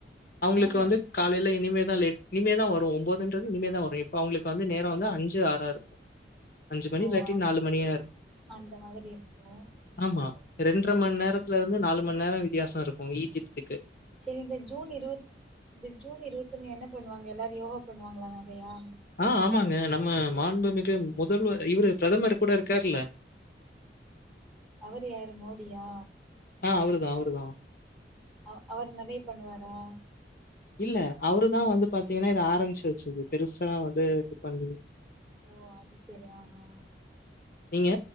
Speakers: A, on the left; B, in the centre.
A: அவங்களுக்கு
B: ஆனா எ-
A: வந்து காலைல இனிமேல் லேட் இனிமேதா வரு ஒம்போதுன்றது இனிமேதா வரு இப்ப அவங்களுக்கு வந்து நேர வந்து அஞ்சு ஆறா இருக்கு அஞ்சு மணி
B: ஓ
A: இல்லாட்டி
B: அந்-
A: நாலு மணியா இரு
B: அந்த மாதிரி இருக்கு ஓகே
A: ஆமா
B: ஓகே
A: ரண்ட்ர மண் நேரத் இங்க இருந்து நாலு மண் நேர வித்தியாச இருக்கு ஈஜிப்டுக்கு
B: செரி இந்த ஜூன் இருவத் இந்த ஜூன் இருவத்தொண்ணு என்ன பண்ணுவாங்க எல்லாரு யோகா பண்ணுவாங்களா மேம் இல்லையா
A: ஆ ஆமாங்க நம்ம மாண்பு மிகு முதல்வர் இவரு பிரதமர் கூட இருக்கார்ல
B: அவரு யாரு மோடியா?
A: ஆ அவருதா அவருதா
B: அவ-அவர் நெறயா பண்ணுவாரா?
A: இல்ல அவருதா வந்து பாத்தீங்கன்னா இத ஆரம்ச்சு வெச்சது. பெருசா வந்து இது பண்ணி
B: ஓ அது சரி ஆஹா
A: நீங்க